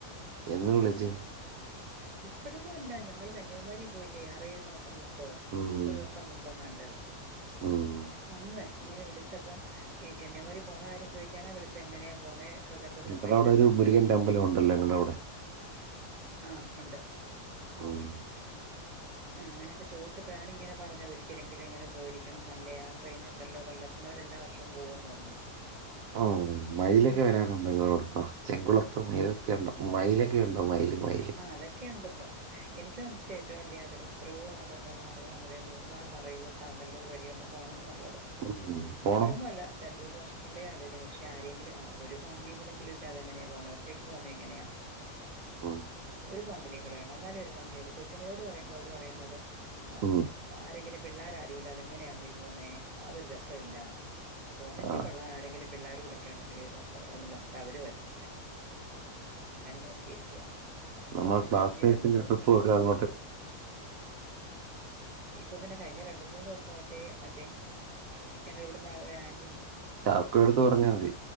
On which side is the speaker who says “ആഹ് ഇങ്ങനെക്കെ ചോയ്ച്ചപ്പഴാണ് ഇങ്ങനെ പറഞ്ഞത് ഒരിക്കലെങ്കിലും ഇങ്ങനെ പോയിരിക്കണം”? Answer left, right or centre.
Right